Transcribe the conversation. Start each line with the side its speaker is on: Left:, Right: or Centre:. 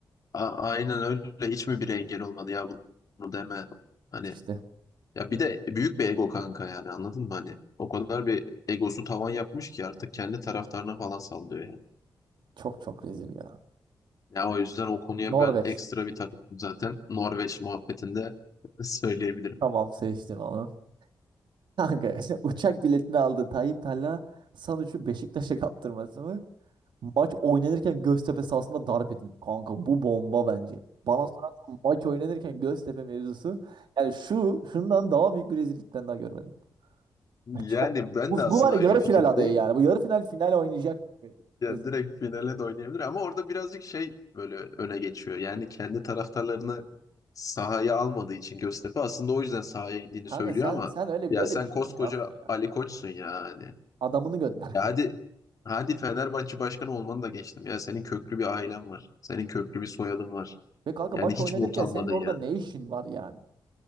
Left: a- aynen öyle hiç mi bir engel olmadı ya bunu deme. Hani
Right: İşte
Left: ya bir de büyük bir ego kanka yani anladın mı hani? O kadar bir egosu tavan yapmış ki artık kendi taraftarına falan sallıyor yani.
Right: çok çok rezil ya.
Left: Ya o yüzden o konuya
Right: Norveç.
Left: ben ekstra bir takıldım zaten Norveç muhabbetinde <laughs> söyleyebilirim.
Right: Tamam seçtim onu. Kanka <laughs> uçak biletini aldı Tayyip Talha Sanuç'u Beşiktaş'a kaptırması mı? Maç oynanırken Göztepe sahasında darp edildi. Kanka bu bomba bence. Bana sorarsan maç oynanırken Göztepe mevzusu yani şu şundan daha büyük bir rezillikten daha görmedim. <laughs>
Left: Yani
Right: Ya çok-
Left: ben
Right: bu,
Left: de aslında
Right: bu var ya
Left: aynı
Right: yarı
Left: fikirdeyim.
Right: final adayı yani. Bu yarı final final oynayacak. bir
Left: Yani
Right: rezil.
Left: direkt finale de oynayabilir ama orada birazcık şey böyle öne geçiyor. Yani kendi taraftarlarını sahaya almadığı için Göztepe aslında o yüzden sahaya indiğini
Right: Kanka
Left: söylüyor
Right: sen
Left: ama
Right: sen öyle
Left: ya
Right: böyle
Left: sen
Right: bir şey
Left: koskoca
Right: yok ya.
Left: Ali Koç'sun yani.
Right: Adamını gönder
Left: Ya
Right: <laughs> kanka.
Left: hadi hadi Fenerbahçe başkanı olmanı da geçtim. Ya senin köklü bir ailen var. Senin köklü bir soyadın var.
Right: Ve kanka
Left: Yani
Right: maç
Left: hiç
Right: oynanırken
Left: mi utanmadın
Right: senin orada
Left: ya?
Right: ne işin var yani?